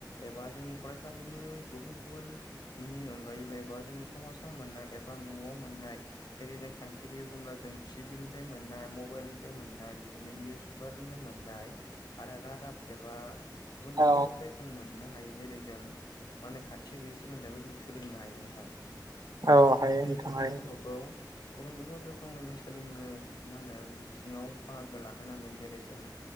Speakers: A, on the left; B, on the right.
A: एबा जोंनि फरायसालिनि गुबुन गुबुन नि अनगायैबो एबा जोंनि समाजाव मोननाय एबा न'आव मोननाय जेरै जों खान्थि गैयै बुंोंब्ला जों टिभिनिफ्राय मोननाय मबाइलनिफ्राय मोननाय बिदिनो निउस पेपार मोननाय आरो रादाब एबा गुबुन गुबुननिफ्राय
B: औ
A: जों मोननो हायो जेरै जों मा होनो खाथि गैयै सोलोंथाइखौ जों सोलोंनो हायो नोंथां।
B: औ हायो
A: जों
B: नोंथां
A: सासे
B: हायो
A: गथ'खौ गुबुन गुबुन रोखोमै जों सोलोंनो मा होनो बिथिङाव बाहागो लाहोनांगोन जेरै जों